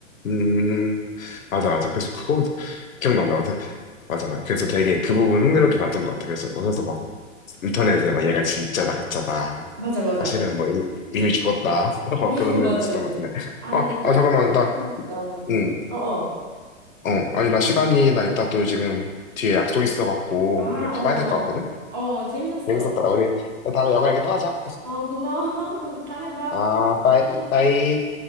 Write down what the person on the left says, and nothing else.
음, 맞아, 맞아. 그래서 그거 기억난다. 근데 맞아, 맞아. 그래서 되게 그 부분 흥미롭게 봤던 것 같아. 그래서, 그래서 막 인터넷에 막 얘가 진짜다, 가짜다.
사실은 뭐 이, 이미 죽었다. <laughs> 막
그런
내용도 있었던
것 같은데.
아,
아,
잠깐만.
나,
응,
어. 아니, 나 시간이, 나 이따 또 지금 뒤에 약속 있어갖고
오늘 가봐야
될 것 같거든?
재밌었다. 우리 다음에 영화 얘기 또 하자.
아, 빠이,
빠이.